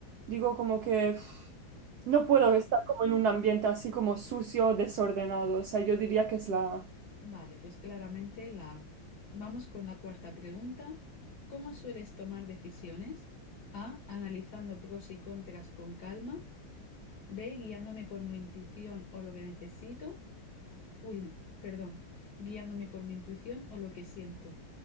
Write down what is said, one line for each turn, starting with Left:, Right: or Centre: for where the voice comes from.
Right: Digo como que uf, no puedo estar como en un ambiente así como sucio, desordenado. O sea, yo diría que es la...
Left: Vale, pues claramente la A. Vamos con la cuarta pregunta. ¿Cómo sueles tomar decisiones? A. Analizando pros y contras con calma. B. Guiándome por mi intuición o lo que necesito. Uy, no, perdón. Guiándome por mi intuición o lo que siento.